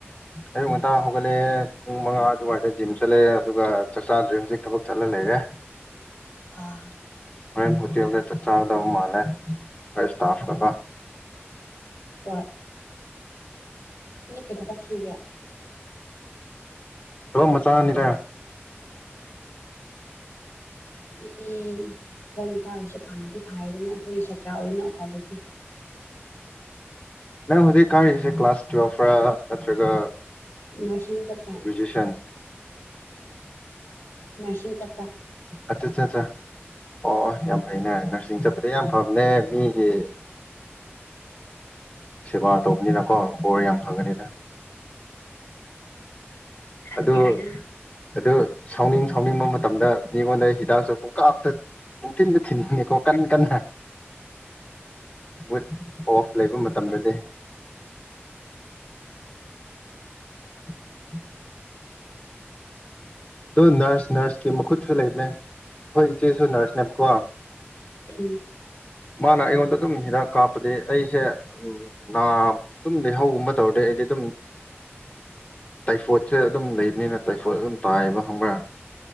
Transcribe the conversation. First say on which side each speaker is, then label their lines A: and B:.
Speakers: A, on the left (about 35°); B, on the left (about 75°).
A: ꯑꯌꯨꯛ ꯉꯟꯇꯥ ꯍꯧꯒꯠꯂꯛꯑꯦ ꯄꯨꯡ ꯃꯉꯥ ꯑꯗꯨꯋꯥꯏꯗ ꯖꯤꯝ ꯆꯠꯂꯑꯦ ꯑꯗꯨꯒ ꯆꯥꯛ ꯆꯥꯗ꯭ꯔꯦ ꯍꯧꯖꯤꯛ ꯊꯕꯛ ꯆꯠꯂ ꯂꯩꯔꯦ꯫
B: ꯑꯥ
A: ꯍꯣꯔꯦꯟ ꯍꯣꯇꯦꯜꯗ ꯆꯥꯛ ꯆꯥꯒꯗꯕ ꯃꯥꯜꯂꯦ ꯑꯩꯈꯣꯏ ꯏꯁꯇꯥꯐ
B: ꯍꯣꯏ
A: ꯀꯥ ꯀꯣ
B: ꯍꯣꯏ꯫ ꯅ‌ꯣꯏ ꯀꯩꯗꯕꯛ ꯁꯨꯔꯒꯦꯌꯥ꯫
A: ꯊꯕꯛ ꯃꯆꯥꯅꯤꯗ
B: ꯍꯥꯏꯗꯤ ꯊꯕꯛ ꯃꯆꯥ ꯑꯣꯏꯔꯥꯁꯨ ꯐꯪꯉꯗꯤ ꯐꯥꯔꯦꯗꯅ ꯑꯩꯈꯣꯏꯒꯤ ꯁꯥꯇ꯭ꯔ ꯑꯣꯏꯅ ꯎꯄꯥꯏ ꯂꯩꯇꯦ꯫
A: ꯑꯩꯅ ꯍꯧꯖꯤꯛ ꯀꯥꯔꯤꯁꯦ ꯀ꯭ꯂꯥꯁ ꯇꯨꯋꯦꯜꯐꯥ ꯅꯠꯇ꯭ꯔꯒ꯫
B: ꯅꯨꯔꯁꯤꯟ ꯆꯇꯄꯥ꯫
A: ꯒ꯭ꯔꯦꯖꯨꯑꯦꯁꯟ
B: ꯅꯨꯔꯁꯤꯡ ꯆꯄ꯫
A: ꯑꯠꯆꯥ ꯑꯠꯆꯥ ꯑꯠꯆꯥ ꯑꯣ ꯑꯣ ꯌꯥꯝ ꯐꯩꯅꯦ ꯅꯔꯁꯤꯡ ꯆꯠꯄꯗ ꯌꯥꯝ ꯐꯕꯅꯦ ꯃꯤꯒꯤ ꯁꯦꯕꯥ ꯇꯧꯕꯅꯤꯅꯀꯣ ꯕꯣꯔ ꯌꯥꯝ ꯐꯪꯒꯅꯤꯗ
B: ꯈꯪꯗꯦꯗ
A: ꯑꯗꯣ ꯑꯗꯣ꯫ ꯁꯥꯎꯅꯤꯡ ꯁꯥꯎꯅꯤꯡꯕ ꯃꯇꯝꯗ ꯃꯤꯉꯣꯟꯗ ꯍꯤꯗꯥꯛꯁꯨ ꯄꯨꯡꯀꯥꯞꯇ ꯄꯨꯡꯊꯤꯟꯗ꯫ ꯊꯤꯟꯕ ꯅꯤꯀꯣ ꯀꯟꯅꯥ ꯀꯟꯅꯥ꯫ ꯃ꯫ ꯑꯣꯐ ꯂꯩꯕ ꯃꯇꯝꯗꯗꯤ꯫ ꯎ꯫ ꯫ ꯑꯗꯣ ꯅꯔꯁ ꯅꯔꯁꯀꯤ ꯃꯈꯨꯠꯁꯨ ꯂꯩꯕꯅꯦ ꯍꯣꯏ ꯏꯆꯦꯁꯨ ꯅꯔꯁ ꯅꯦꯕꯀꯣ꯫
B: ꯎꯝ꯫
A: ꯃꯥꯅ ꯑꯩꯉꯣꯟꯗ ꯑꯗꯨꯝ ꯍꯤꯗꯥꯛ ꯀꯥꯞꯄꯗꯤ ꯑꯩꯁꯦ ꯅꯥ ꯑꯗꯨꯝ ꯂꯩꯍꯧꯒꯨꯝ ꯇꯧꯔꯗꯤ ꯑꯩꯗꯤ ꯑꯗꯨꯝ ꯇꯥꯏꯐꯣꯠꯁꯦ ꯑꯗꯨꯝ ꯂꯩꯕꯅꯤꯅ ꯇꯥꯏꯐꯣꯠ ꯑꯗꯨꯝ꯫ ꯇꯥꯏꯕ ꯈꯪꯕ꯭ꯔꯥ꯫